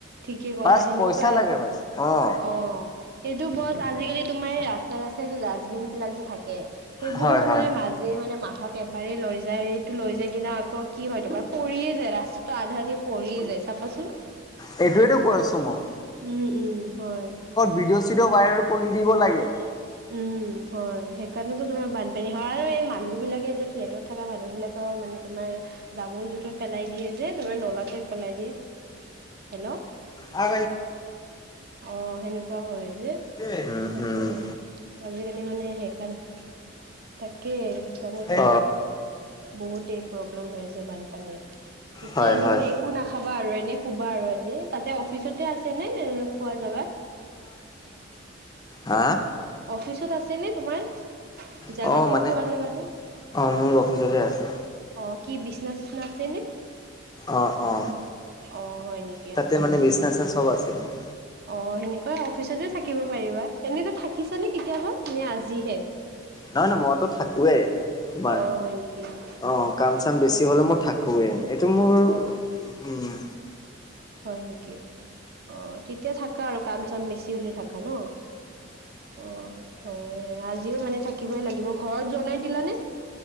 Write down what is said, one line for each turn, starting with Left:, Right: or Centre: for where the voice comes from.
Right: ঠিকেই কলা
Left: বাছ
Right: সেনেকুৱাই।
Left: পইচা লাগে অ'
Right: অ'সেইটো বছ আজিকালি তোমাৰ এই ৰাস্তা ৰাস্তাই ডাষ্টবিন বিলাক যে থাকে। সেইবোৰো
Left: হয়
Right: তোমাৰ
Left: হয়।
Right: মাজ যে মানে মাহত এবাৰ লৈ যায়, সিটো লৈ যায় কিনে আকৌ কি হয় তোমাৰ পৰিয়ে যায় লাচ আধা আধি পৰিয়ে যায় চাবাচোন।
Left: সেইটোৱেটো কৈ আছো মই।
Right: উম' উম' হয়।
Left: ভিডিঅ চিডিঅ' ভাইৰেল কৰি দিব লাগে।
Right: উম' হয়, সেইকাৰণেতো তোমাৰ বানপানী হয় আৰু এই মানুহ বিলাকে যে ফ্লেটত থকা মানুহবিলাকৰ মানে তোমাৰ জাবৰ জোথৰ পেলাই দিয়ে যে। লৈ নলাতে পেলাই দিয়ে, হেল্ল'?
Left: হা
Right: অঁ সেনেকুৱা হয় যে।
Left: উম
Right: সেইকাৰণে
Left: উম।
Right: আজিকালি মানে সেইকাৰ, তাকে সেইকাৰনেটো।
Left: অ',
Right: বহুতেই প্ৰব্লেম হৈ আছে বানপানীৰ। পিছে
Left: হয়
Right: আজি
Left: হয়।
Right: মানে একো নাখাবা আৰু এনেই শুবা আৰু আজি, তাতে অফিচতে আছেনে খোৱা জেগাত?
Left: হা?
Right: অফিচত আছেনে তোমাৰ? জাগাটো
Left: অ', মানে
Right: খোৱা জাগাটো?
Left: অ', মোৰ অফিচতে আছে
Right: অ', কি বিচনা চিচনা আছে নে?
Left: অ', অ'।
Right: অ', হয় নেকি
Left: তাতে
Right: আচ্ছা
Left: মানে বিচনা
Right: ভাল।
Left: চিচনা চব আছে তোমাৰ
Right: অ', সেনেকুৱা অফিচতে থাকিব পাৰিবা, এনেটো থাকিছানে কেতিয়াবা নে আজিহে?
Left: নহয় নহয় মইতো থাকোৱেই। তোমাৰ
Right: অ হয় নেকি
Left: অ', কাম চাম
Right: অ
Left: বেছি হলে মই থাকোৱেই এইটো মোৰ উম।
Right: অ হয় নেকি? অ' তেতিয়া থাকা আৰু কাম চাম বেছি হ'লে থাকা ন? অ', হয় আজিও মানে থাকিবই লাগিব, ঘৰত জনাই দিলানে?